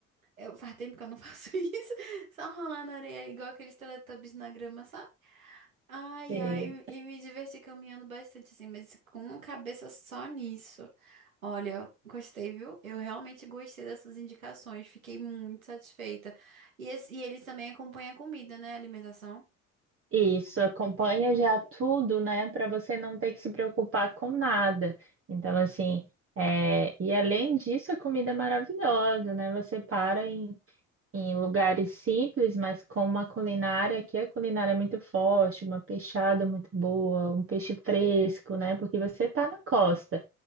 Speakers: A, on the right; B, on the right.
A: Eu, faz tempo que eu não <laughs> faço isso, só rolar na areia, igual aqueles Teletubbies na grama, sabe? Ai,
B: É.
A: ai, e me diverti caminhando bastante assim, mas com uma cabeça só nisso. Olha, gostei, viu? Eu realmente gostei dessas indicações, fiquei muito satisfeita. E, esse- e eles também acompanham a comida, né? a Alimentação.
B: Isso, acompanha já tudo, né, para você não ter que se preocupar com nada. Então, assim, é, e além disso, a comida é maravilhosa, né? Você para em, em lugares simples, mas com uma culinária que a culinária é muito forte, uma peixada muito boa, um peixe fresco, né? Porque você está na costa.